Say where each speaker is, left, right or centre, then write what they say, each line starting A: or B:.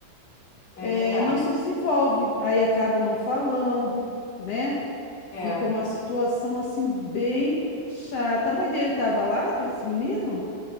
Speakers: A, on the left; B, on the left.
A: É
B: eh,
A: verdade.
B: não se desenvolve. Aí acaba não falando, né?
A: É.
B: Fica uma situação assim bem chata. A mãe dele estava lá, desse menino?